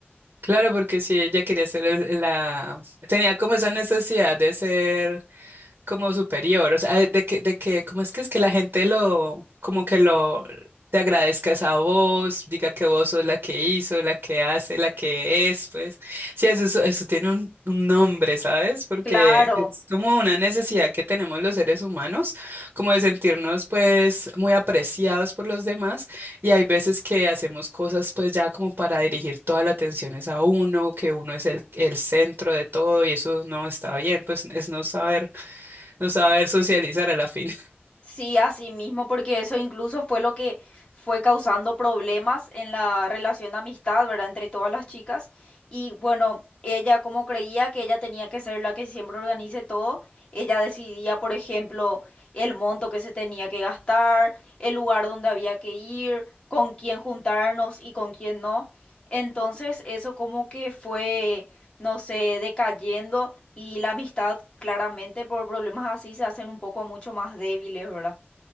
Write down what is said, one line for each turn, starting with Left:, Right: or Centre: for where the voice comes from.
Right: Claro, porque si ella quería ser el- la... tenía como esa necesidad de ser como superior, o sea, de que, de que, ¿cómo es que es que la gente lo, como que lo, te agradezcas a vos, diga que vos sos la que hizo, la que hace, la que es, pues, sí, eso, es- eso tiene un, un nombre, ¿sabes? Porque
Left: Claro.
Right: es como una necesidad que tenemos los seres humanos, como de sentirnos, pues, muy apreciados por los demás, y hay veces que hacemos cosas, pues, ya como para dirigir toda la atención es a uno, que uno es el, el centro de todo, y eso no está bien, pues, es no saber no saber socializar a la fin. <laughs>
Left: Sí, así mismo, porque eso incluso fue lo que fue causando problemas en la relación de amistad, ¿verdad? Entre todas las chicas. Y bueno, ella como creía que ella tenía que ser la que siempre organice todo, ella decidía, por ejemplo, el monto que se tenía que gastar, el lugar donde había que ir, con quién juntarnos y con quién no. Entonces, eso como que fue no sé, decayendo y la amistad claramente por problemas así se hacen un poco mucho más débiles, ¿verdad?